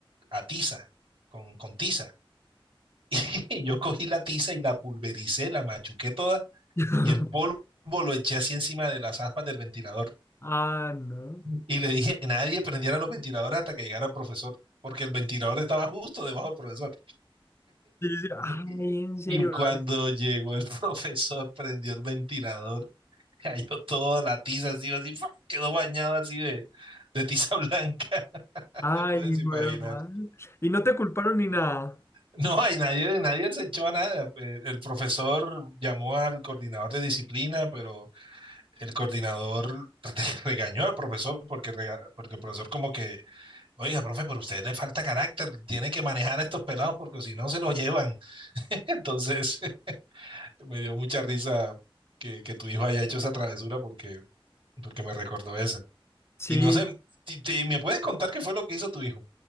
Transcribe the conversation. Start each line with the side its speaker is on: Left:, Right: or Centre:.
Right: a tiza, con, con tiza. <laughs> Yo cogí la tiza y la pulvericé, la machuqué toda
Left: <laughs>
Right: y el polvo lo eché así encima de las aspas del ventilador.
Left: Ah, no.
Right: Y le dije que nadie prendiera los ventiladores hasta que llegara el profesor, porque el ventilador estaba justo debajo del profesor.
Left: Sí, sí. Ay,
Right: Y
Left: en serio,
Right: y cuando
Left: Gabriel.
Right: llegó el <laughs> profesor, prendió el ventilador, cayó toda la tiza así, así, ¡fua! quedó bañado así de, de tiza blanca, <laughs>
Left: Ay,
Right: te puedes
Left: hijo
Right: imaginar.
Left: de madre. Y no te culparon ni nada.
Right: No, hay nadie, nadie se echó a nada. Eh, El profesor llamó al coordinador de disciplina, pero el coordinador <laughs> regañó al profesor porque, rega- porque el profesor como que, oiga, profe, pero a usted le falta carácter, tiene que manejar a estos pelados porque si no se los llevan. <laughs> Entonces... Me dio mucha risa que, que tu hijo haya hecho esa travesura porque, porque me recordó esa.
Left: Sí.
Right: Y no sé, ti- ti- ¿me puedes contar qué fue lo que hizo tu hijo?